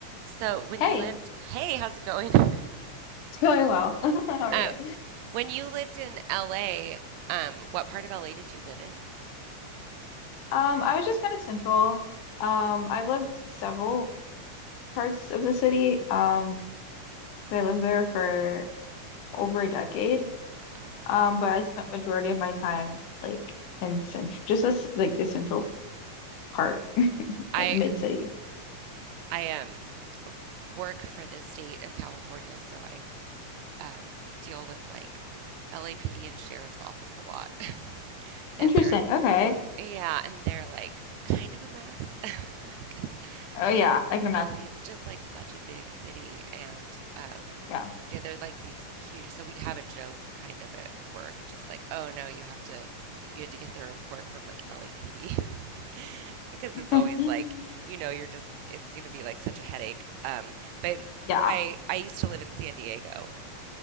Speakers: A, on the right; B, on the left.
A: So when
B: Hey,
A: you lived, <laughs> hey, how's it going? <laughs>
B: it's going well. <laughs> How are
A: Uh,
B: you?
A: when you lived in LA, um, what part of LA did you live in?
B: Um, I was just kind of central. Um, I've lived several parts of the city. Um, I lived there for over a decade.
A: Oh wow.
B: Um, but I spent majority of my time like in central, just this, like the central part,
A: I
B: like mid city.
A: I um work for the state of California, so I um deal with like LAPD and sheriff's office a lot. <laughs> And
B: Interesting.
A: they're
B: Okay.
A: Yeah, and they're, like, kind of a mess <laughs> 'cause
B: Oh
A: LA
B: yeah, I can imagine.
A: LA is just, like, such a big city, and, um,
B: Yeah.
A: yeah, they're, like, these huge so we have a joke kind of at work, just like, "Oh, no, you have to you had to get the report from, like, LAPD," <laughs> because it's always,
B: <laughs>
A: like, you know, you're just it's gonna be, like, such a headache, um, but
B: Yeah.
A: I I used to live in San Diego.